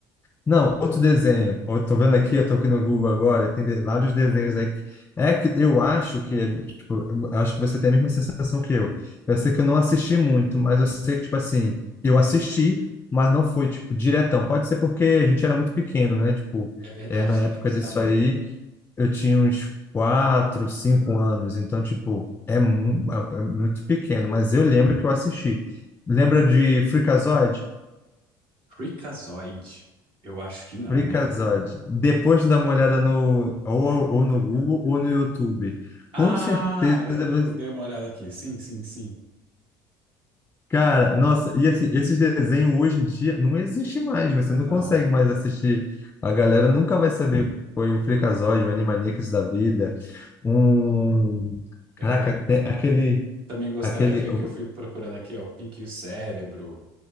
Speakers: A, on the left; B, on the right.
A: Não, outro desenho. Eu tô vendo aqui, eu tô aqui no Google agora, tem de- vários desenhos aí. que- É que eu acho que, tipo, eu acho que você tem a mesma sensação que eu. Eu sei que eu não assisti muito, mas eu sei que, tipo assim, eu assisti, mas não foi, tipo, diretão. Pode ser porque a gente era muito pequeno, né? Tipo,
B: É verdade,
A: é, na época
B: tem isso
A: disso
B: também.
A: aí, eu tinha uns quatro, cinco anos. Então, tipo, é, mu- é é muito pequeno, mas eu lembro que eu assisti. Lembra de Freakazoid?
B: Freakazoid. Eu acho que não,
A: Freakazoid.
B: hein?
A: Depois de dar uma olhada no, ou, ou no Google ou no YouTube,
B: Ah,
A: com certeza,
B: eu
A: você-
B: vou- dei uma olhada aqui. Sim, sim, sim.
A: cara, nossa, e assim, esses desenhos hoje em dia não existem mais, você não
B: Não.
A: consegue mais assistir. A galera nunca vai saber o que foi o Freakazoid, o Animaniacs da vida, um...
B: Eu
A: Caraca,
B: lembro.
A: tem aquele,
B: Também gostava
A: aquele...
B: aqui,
A: o-
B: que eu fui procurando aqui, ó, Pinky e o Cérebro,